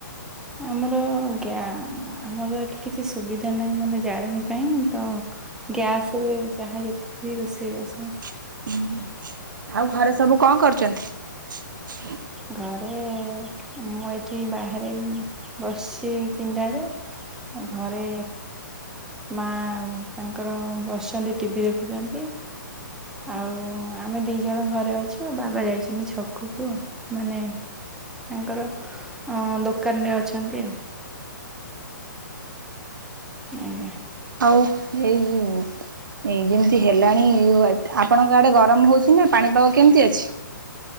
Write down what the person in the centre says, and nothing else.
ଆମର <unintelligible> ଆମର ଏଠି କିଛି ସୁବିଧା ନାହିଁ ମାନେ ଜାଣୀଣୀ ପାଇଁ ତ ଗ୍ୟାସ ରେ ଯାହା ଯେତିକି ବି ରୋଷେଇ ବାସ
ଘରେ ମୁଁ ଏଠି ବାହାରେ ବସି ପିଣ୍ଡାରେ ଆ ଘରେ ମା ଆଉ ତାଙ୍କର ବସିଛନ୍ତି ଟିଭି ଦେଖୁଛନ୍ତି। ଆଉ ଆମେ ଦି ଜଣ ଘରେ ଅଛୁ ବାବା ଯାଇଛନ୍ତି ଛକକୁ ମାନେ ତାଙ୍କର ଅ ଦୋକାନ ରେ ଅଛନ୍ତି ଆଉ। ଆଜ୍ଞା।